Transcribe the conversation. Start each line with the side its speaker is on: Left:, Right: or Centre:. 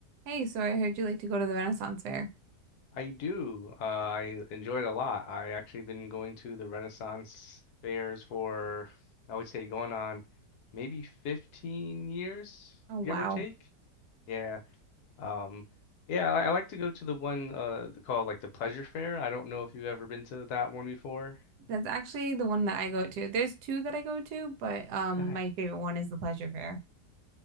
Right: Hey, so I heard you like to go to the Renaissance Fair.
Left: I do. Uh, I enjoy it a lot. I actually been going to the Renaissance fairs for, I would say, going on maybe 15 years,
Right: Oh, wow.
Left: give or take. Yeah. Um, yeah, I, I like to go to the one uh called like the Pleasure Fair. I don't know if you've ever been to that one before.
Right: That's actually the one that I go to. There's two that I go to, but um
Left: Nice.
Right: my favorite one is the Pleasure Fair.